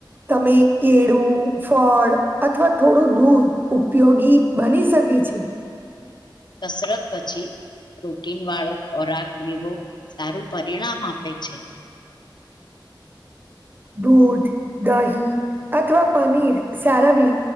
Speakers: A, on the right (about 25°); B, on the left (about 60°).
A: તમે કેળું ફળ અથવા થોડું દૂધ ઉપયોગી બની શકે છે.
B: કસરત પછી પ્રોટીન વાળો ખોરાક લેવો સારું પરિણામ આપે છે.
A: દૂધ દહી અથવા પનીર સારા વ